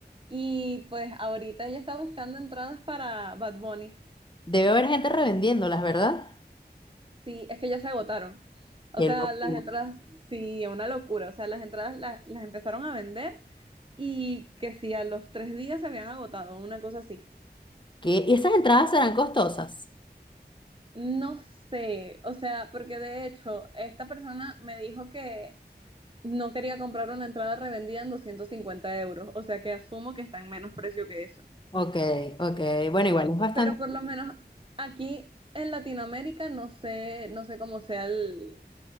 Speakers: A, on the right (about 30°); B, on the left (about 25°).
A: y pues ahorita ella está buscando entradas para Bad Bunny.
B: <laughs> Debe haber gente revendiéndolas, ¿verdad?
A: Sí, es que ya se agotaron. O
B: Qué
A: sea,
B: locura.
A: las entradas, sí, una locura. O sea, las entradas la- las, empezaron a vender y que sí, a los tres días se habían agotado, una cosa así.
B: ¿Qué? ¿Y esas entradas serán costosas?
A: No sé, o sea, porque de hecho, esta persona me dijo que No quería comprar una entrada revendida en 250 euros, o sea que asumo que está en menos precio que eso.
B: Ok, ok. Bueno, igual es bastante
A: Pero por lo menos aquí en Latinoamérica no sé, no sé cómo sea el,